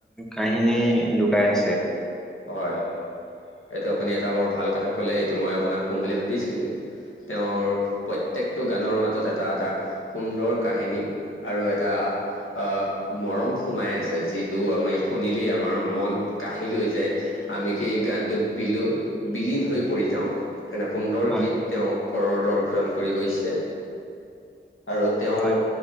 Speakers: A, in the centre; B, on the left (about 75°).
A: কাহিনী লুকাই আছে।
B: হয়, এইটো আপুনি এটা বৰ ভাল কথা ক'লে এইটো মই আপোনাক কম বুলি ভাবিছিলোৱে। তেওঁৰ প্ৰত্যেকটো গানৰ মাজত এটা এটা সুন্দৰ কাহিনী আৰু এটা আ, মৰম সোমাই আছে যিটো আমি শুনিলেই আমাৰ মন কাহি লৈ যায়। আমি সেই গানটোত বিলু বিলীন হৈ পৰি যাওঁ এনে সুন্দৰ
A: হয়।
B: গীত তেওঁ প্ৰদৰ্শন কৰি গৈছে আৰু তেওঁ
A: হয়,